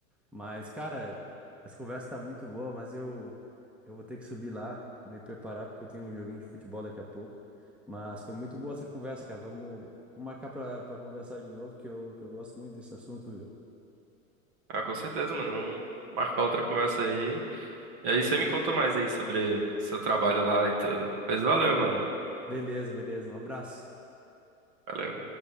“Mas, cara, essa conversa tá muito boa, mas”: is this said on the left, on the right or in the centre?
Centre